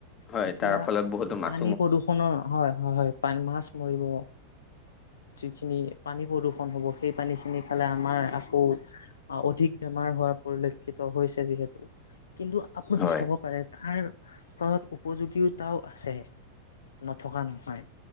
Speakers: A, on the left; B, on the left.
A: হয়
B: তেতিয়া
A: তাৰ ফলত বহুতো মাছ
B: পানী প্ৰদূষণৰ হয় হয় হয় মাছ মৰিব। যিখিনি পানী প্ৰদূষণ হ'ব সেই পানী খিনি খালে আমাৰ আকৌ বা অধিক বেমাৰ হোৱা পৰিলক্ষিত হৈছে যিহেতু কিন্তু আপুনি
A: হয়
B: চাব পাৰে তাৰ ফলত উপযোগীতাও আছে নথকা নহয়।